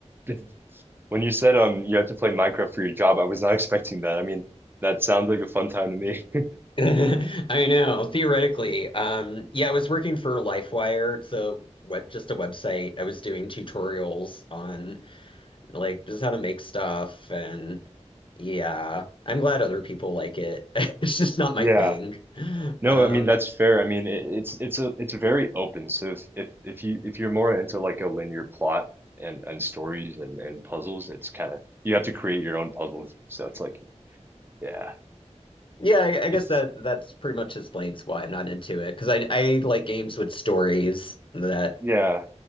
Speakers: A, on the right; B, on the left.
A: I when you said um you had to play Minecraft for your job, I was not <laughs> expecting that. I mean, that sounds like a fun time to me.
B: <laughs> I know, theoretically. Um, yeah, I was working for LifeWire. It's a web, just a website. I was doing tutorials on like just how to make stuff and yeah, I'm glad other people like it. <laughs> It's just
A: <laughs>
B: not my
A: Yeah.
B: thing.
A: No,
B: Um,
A: I mean that's fair. I mean it, it's it's a it's very open. So if if if you if you're more into like a linear plot and and stories and and puzzles, it's kind of you have to create your own puzzles. So it's like yeah,
B: yeah, I, I
A: it's
B: guess that that's pretty much explains why I'm not into it because I I like games with stories that
A: yeah.